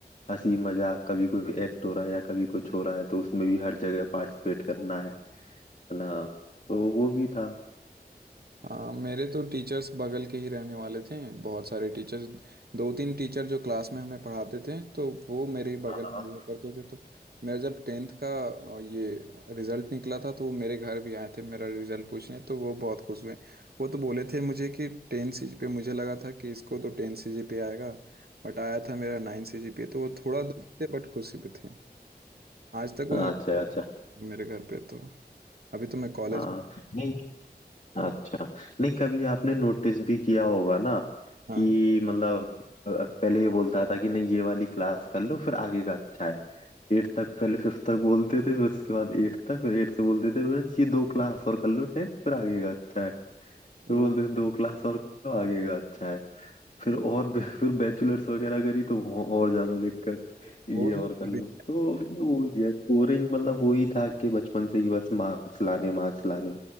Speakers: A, on the left; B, on the right.
A: हंसी मजाक कभी कोई एक्ट हो रहा है या कभी कुछ हो रहा है तो उसमें भी हर जगह पार्टिसिपेट करना है हाँ तो वो भी था
B: हाँ मेरे तो टीचर्स बगल के ही रहने वाले थे बहुत सारे टीचर्स दो तीन टीचर जो क्लास में हमें पढ़ाते थे तो वो मेरे ही बगल
A: हाँ
B: में हुआ करते थे तो मेरा जब टेंथ का अ, ये रिजल्ट निकला था तो वो मेरे घर भी आए थे मेरा रिजल्ट पूछने तो वो बहुत खुश हुए वो तो बोले थे मुझे कि टेन सी जी पे मुझे लगा था कि इसको तो टेन सी जी पे आएगा बट आया था मेरा नाइन सी जी पे। तो वो थोड़ा दुखी थे बट खुशी भी थे आज तक वो
A: अच्छा अच्छा
B: मेरे घर पे तो अभी तो मैं कॉलेज
A: हाँ
B: में
A: नहीं अच्छा नहीं कभी आपने नोटिस भी किया होगा ना
B: हाँ
A: कि मतलब अ, पहले ये बोलता था कि नहीं ये वाली क्लास कर लो फिर आगे का अच्छा है एट तक पहले फिफ्थ तक बोलते थे फिर उसके बाद एट तक फिर एट से बोलते थे बस ये दो क्लास और कर लो टेंथ फिर आगे का अच्छा है
B: वो
A: फिर बोलते थे दो क्लास और कर लो आगे का अच्छा है फिर और भी- फिर बैचलर्स वगैरह करी तो वहाँ और ज्यादा दिक्कत ये
B: वो
A: और
B: दिन
A: कर लो तो वो हम्म। ये स्कोरिंग मतलब वही था कि बचपन से ही बस मार्क्स लाने मार्क्स लाने